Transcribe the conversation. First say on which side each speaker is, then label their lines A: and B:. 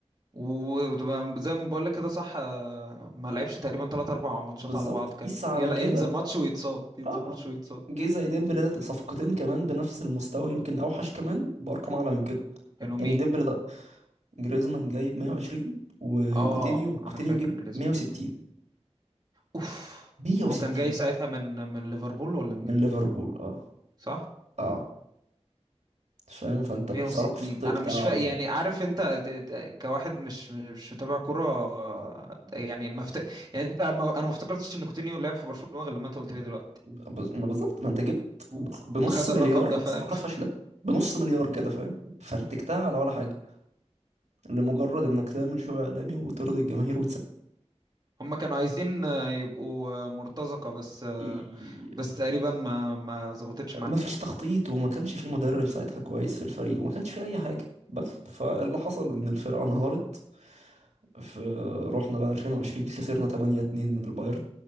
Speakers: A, on the right; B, on the right.
A: وزي ما بقول لك كده صح آه، ما لعبش تقريبا تلات اربع ماتشات
B: بالظبط
A: على بعض
B: قيس
A: كان
B: على
A: يلا
B: كده
A: ينزل ماتش ويتصاب ينزل
B: اه آه.
A: ماتش ويتصاب
B: جيزة ديمبلي ده صفقتين كمان بنفس المستوى يمكن اوحش كمان بارقام اعلى من كده
A: كانوا مين
B: يعني ديمبلي ده جريزمان جايب 120 وكوتينيو
A: اه
B: كوتينيو
A: انا فاكر
B: جاب
A: جريزمان
B: 160
A: ده اوف
B: 160
A: هو كان جاي ساعتها من من ليفربول ولا منين
B: من ليفربول اه
A: صح
B: اه فاهم فانت
A: 160
B: صرفت بتاع
A: انا مش فا يعني عارف انت ت- ت- كواحد مش مش متابع كرة آه، يعني ما مفت... يعني انت ما... انا ما افتكرتش ان كوتينيو لعب في برشلونة غير لما انت قلت لي دلوقتي
B: بز- ما بالظبط ما انت جبت
A: و...
B: بخ- بنص
A: وخد
B: مليار
A: الرقم ده فاهم
B: صفقات فاشلة بنص مليار
A: <laughs> مم.
B: كده فاهم فرتكتها على ولا حاجة لمجرد انك تعمل شو اعلامي وترضي الجماهير
A: هما كانوا عايزين آه، يبقوا آه، مرتزقة بس آه،
B: وتسكتها
A: بس تقريبا ما ما ظبطتش
B: ما
A: معاهم
B: فيش تخطيط وما كانش في مدرب ساعتها كويس في الفريق وما كانش في اي حاجه بس فاللي حصل ان الفرقه انهارت في رحنا بقى 2020 خسرنا 8-2 من البايرن